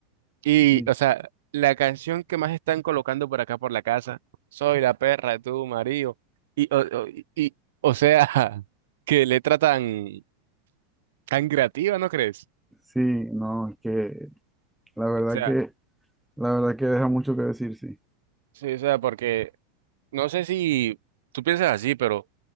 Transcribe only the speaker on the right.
Y,
o sea, la canción que más están colocando por acá por la casa, Soy la perra de tu marido. Y, o, o- y, y, o sea, <laughs> qué letra tan, tan creativa, ¿no crees?
O sea,
sí, o sea, porque no sé si tú piensas así, pero,